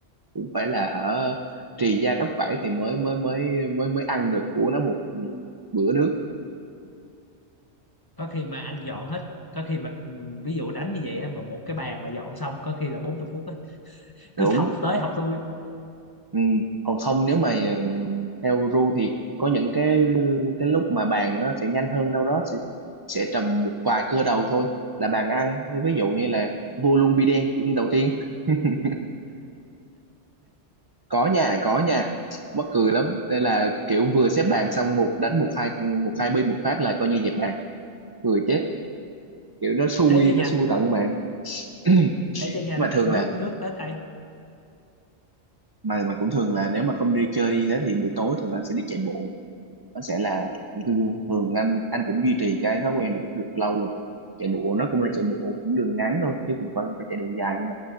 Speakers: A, on the right; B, on the left.
A: cũng phải là hở trì da tróc vảy thì mới mới mới mới mới ăn được của nó một ừ, bữa nước
B: có khi mà anh dọn hết có khi mà ừ, ví dụ đánh như vậy á, mà một cái bàn mà dọn xong có khi là 40 phút
A: đúng
B: cứ thọc tới thọc lui
A: Ừ. Còn không nếu mà ừ, theo ru thì có những cái cái lúc mà bàn nó sẽ nhanh hơn đâu đó sẽ sẽ trầm một vài cưa đầu thôi là bàn ăn ví dụ như là vua luôn bi đen đầu tiên <laughs> có nhà có nhà mắc cười lắm đây là kiểu vừa xếp bàn xong một đánh một hai một hai bi một phát là coi như dẹp bàn cười chết kiểu nó xui
B: thế cho nhanh
A: nó xui tận mạng <clears throat> Nhưng
B: thế cho nhanh
A: mà thường
B: nước
A: là
B: nước tới tay
A: <clears throat> mà mà cũng thường là nếu mà không đi chơi đi thế thì buổi tối thường là sẽ đi chạy bộ nó sẽ là thường anh anh cũng duy trì cái thói quen này cũng được lâu rồi chạy bộ nó cũng là chạy bộ cũng đường ngắn thôi chứ cũng phải phải chạy đường dài nhưng mà